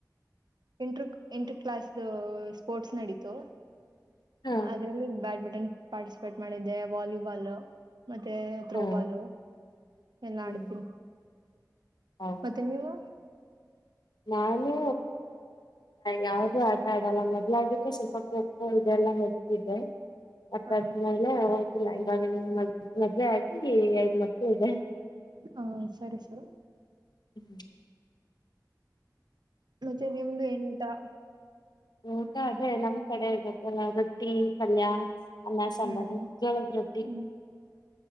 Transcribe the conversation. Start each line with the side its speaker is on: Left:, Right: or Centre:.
Right: ಇಂಟರ್ ಇಂಟರ್ ಕ್ಲಾಸ್್ದ ಸ್ಪೋರ್ಟ್ಸ್ ನಡೀತು
Left: ಹಾ
Right: ಅದ್ರಲ್ಲಿ ಬ್ಯಾಡ್ಮಿಂಟ ಪಾರ್ಟಿಸಿಪೇಟ್ ಮಾಡಿದ್ದೆ ವಾಲಿಬಾಲ್ ಮತ್ತೆ
Left: ಹಾ
Right: ೋಬಾಲು ಡ್ತೀನಿ
Left: ಹ್ಮ್ ಹೌದಾ
Right: ಮತ್ತೆ ನೀವು
Left: ನಾನು ಯಾವ್ದೂ ಆಟ ಆಡಲ್ಲ ಮೊದ್ಲಾಗಿದ್ರೆ ಸ್ವಲ್ಪ ಖೋಖೋ ಇದೆಲ್ಲ ಹತಿದ್ದೆ ಮತ್ತ
Right: ಹ
Left: ಆದ್ಮೇಲೆ ಹೋಗಿಲ್ಲ ಇವಾಗ ಮ ಮದ್ುವೆ ಆಾಕಿ ಎಐದ ಮಕ್ಕಳು ಇದೆ
Right: ಹಾ ಸರಿ ಸರ್
Left: ಹ್ಮ್್ಮ
Right: ಮತ್ತೆ ನಿಮ್ದು ಏನಟಾ
Left: ಊಟಾ ಅದೇ ನಮ್ ಕಡೆ ಇರುತ್ತಲ್ಲ ರೊಟ್ಟಿ ಪಲ್ಯ ಅನ್ನ ಸಾಂಬಾರು
Right: ಹ್ಮ್
Left: ಜೋಳದ ರೊಟ್ಟಿ
Right: ಹ್ಮ್